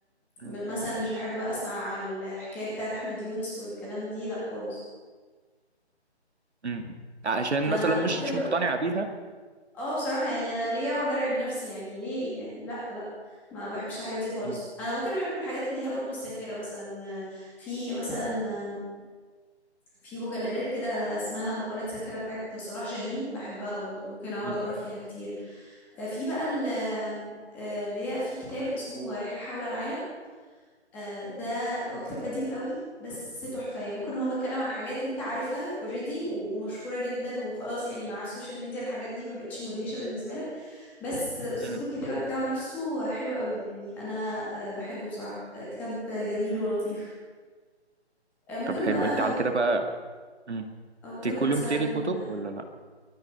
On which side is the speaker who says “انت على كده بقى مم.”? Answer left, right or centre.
Right